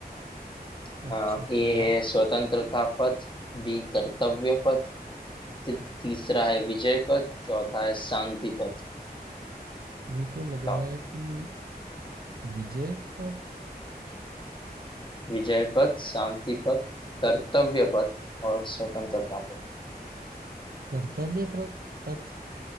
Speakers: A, on the left; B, on the right.
A: हाँ,
B: अच्छा
A: ए है
B: यार
A: स्वतंत्रता पथ बी कर्तव्य पथ ती- तीसरा है विजय पथ चौथा है शांति पथ
B: मेरे को
A: बताओ
B: लग रहा है कि विजय पथ
A: विजय पथ शांति पथ कर्तव्य पथ और स्वतंत्रता पथ
B: कर्तव्य प्रत- पथ